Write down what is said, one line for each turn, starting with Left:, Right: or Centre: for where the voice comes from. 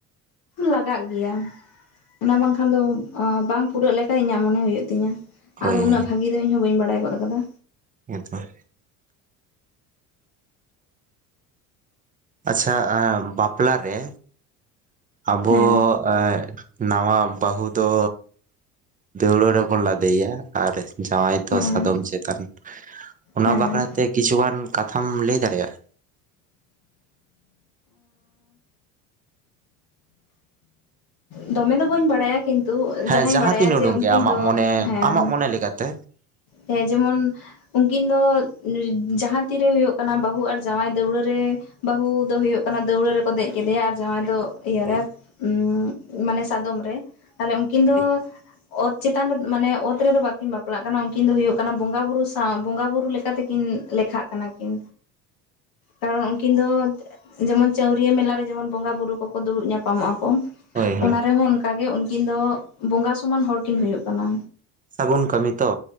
Left: ᱞᱟᱜᱟᱜ ᱜᱮᱭᱟ ᱚᱱᱟ ᱵᱟᱝ, ᱠᱷᱟᱱ ᱫᱚ ᱵᱟᱝ ᱯᱩᱨᱟᱹᱜ ᱞᱮᱠᱟ ᱤᱧᱟᱹᱜ ᱢᱚᱱᱮ ᱦᱩᱭᱩᱜ ᱛᱤᱧ
Right: ᱦᱳᱭ
Left: ᱟᱫ ᱩᱱᱟᱹᱜ
Right: ᱦᱳᱭ
Left: ᱵᱷᱟᱜᱮ ᱵᱷᱟᱵ, <unintelligible> ᱤᱧ ᱦᱚᱸ ᱵᱟᱹᱧ ᱵᱟᱰᱟᱭ ᱜᱚᱫ ᱠᱟᱫᱟ᱾
Right: ᱦᱮ ᱛᱚ, ᱟᱪᱪᱷᱟ ᱟ ᱵᱟᱯᱞᱟ ᱨᱮ ᱟᱵᱚ?
Left: ᱦᱮᱸ
Right: <unintelligible> ᱱᱟᱣᱟ ᱵᱟᱹᱦᱩ ᱫᱚ ᱫᱟᱹᱣᱲᱟᱹ ᱨᱮᱵᱚᱱ ᱞᱟᱫᱮᱭᱭᱟ ᱟᱨ, ᱡᱟᱶᱟᱭ ᱫᱚ
Left: ᱦᱮᱸ
Right: ᱥᱟᱫᱚᱢ ᱪᱮᱛᱟᱱ, ᱚᱱᱟ
Left: ᱦᱮᱸ
Right: ᱵᱟᱠᱷᱨᱟᱛᱮ ᱠᱤᱪᱷᱩᱩᱜᱟᱱ ᱠᱟᱛᱷᱟᱢ ᱞᱟᱹᱭ ᱫᱟᱲᱮᱭᱟᱜᱼᱟ᱾
Left: ᱫᱚᱢᱮ ᱫᱚ ᱵᱟᱹᱧ ᱵᱟᱲᱟᱭᱟ, ᱠᱤᱱᱛᱩ
Right: ᱦᱮᱸ
Left: ᱡᱟᱦᱟᱸᱟᱧ
Right: ᱡᱟᱦᱟᱸ
Left: ᱵᱟᱲᱟᱭᱟ
Right: ᱛᱤᱱ
Left: ᱡᱮ
Right: ᱩᱰᱩᱝ
Left: ᱩᱱᱠᱤᱱ
Right: ᱜᱮ ᱟᱢᱟᱜ
Left: ᱫᱚ
Right: ᱢᱚᱱᱮ
Left: ᱦᱮᱸ᱾
Right: ᱟᱢᱟᱜ ᱢᱚᱱᱮ ᱞᱮᱠᱟᱛᱮ
Left: ᱦᱮᱸ ᱡᱮᱢᱚᱱ, ᱩᱱᱠᱤᱱ ᱫᱚ ᱡᱟᱦᱟᱸ ᱛᱤᱨᱮ ᱦᱩᱭᱩᱜ ᱠᱟᱱᱟ ᱵᱟᱹᱦᱩ ᱟᱨ ᱡᱟᱶᱟᱭ ᱫᱟᱹᱣᱲᱟᱹ ᱨᱮ ᱵᱟᱹᱦᱩ ᱫᱚ ᱦᱳᱭᱳᱜ ᱠᱟᱱᱟ ᱫᱟᱹᱣᱲᱟᱹ ᱨᱮᱠᱚ ᱫᱮᱡ ᱠᱮᱫᱮᱭᱟ ᱟᱨ ᱡᱟᱶᱟᱭ ᱫᱚ ᱤᱭᱟᱹᱨᱮ
Right: ᱦᱳᱭ
Left: ᱩ ᱢᱟᱱᱮ ᱥᱟᱫᱚᱢ ᱨᱮ ᱛᱟᱦᱞᱮ ᱩᱱᱠᱤᱱ
Right: ᱦᱳᱭ
Left: ᱫᱚ ᱚᱛ ᱪᱮᱛᱟᱱ ᱨᱮ ᱢᱟᱱᱮ ᱚᱛ ᱨᱮᱫᱚ ᱵᱟᱹᱠᱤᱱ ᱵᱟᱯᱞᱟᱜ ᱠᱟᱱᱟ ᱩᱱᱠᱤᱱ ᱫᱚ ᱦᱩᱭᱩᱜ ᱠᱟᱱᱟ ᱵᱚᱸᱜᱟ ᱵᱩᱨᱩ ᱥᱟᱶ ᱵᱚᱸᱜᱟ ᱵᱩᱨᱩ ᱞᱮᱠᱟᱛᱮ ᱠᱤᱱ ᱞᱮᱠᱷᱟᱜ ᱠᱟᱱᱟ ᱠᱤᱱ ᱠᱟᱨᱚᱱ ᱩᱱᱠᱤᱱ ᱫᱚ ᱡᱮᱢᱚᱱ ᱪᱟᱹᱣᱨᱤᱭᱟ ᱢᱮᱞᱟ ᱨᱮ ᱡᱮᱢᱚᱱ ᱵᱚᱸᱜᱟᱼ ᱵᱩᱨᱩ ᱠᱚᱠᱚ ᱫᱩᱲᱩᱵ ᱧᱟᱯᱟᱢᱚᱜᱼᱟ ᱠᱚ
Right: ᱦᱳᱭ ᱦᱳᱭ
Left: ᱚᱱᱟ ᱨᱮᱦᱚᱸ ᱚᱱᱠᱟ ᱜᱮ ᱩᱱᱠᱤᱱ ᱫᱚ ᱵᱚᱸᱜᱟ ᱥᱚᱢᱟᱱ ᱦᱚᱲᱠᱤᱱ ᱦᱩᱭᱩᱜ ᱠᱟᱱᱟ᱾
Right: ᱥᱟᱹᱜᱩᱱ ᱠᱟᱹᱢᱤ ᱛᱚ